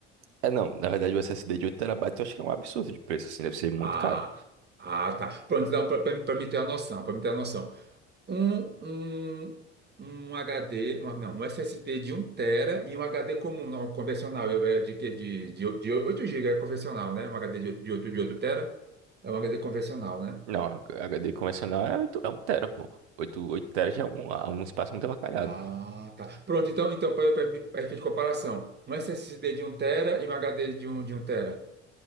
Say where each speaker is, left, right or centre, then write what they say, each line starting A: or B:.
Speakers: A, on the right; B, on the right.
A: É, não, na verdade o SSD de 8 terabytes eu acho que é um absurdo de preço, assim, deve ser muito
B: Ah,
A: caro.
B: ah, tá. Pronto, então, para me ter uma noção, para me ter uma noção. um, um, um HD, uma- não, um SSD de um tera e um HD comum, não, convencional, eu- é de, que de, de, de 8 GB, é convencional, né? Um HD de, de 8, de 8 tera é um HD convencional, né?
A: Não, a- a HD convencional é, 8 é 1 tera, pô. oito oito tera já é um, ah, um espaço muito avacalhado.
B: Ah, tá. Pronto, então, então para efeito de comparação, um SSD de um tera e um HD de um de um tera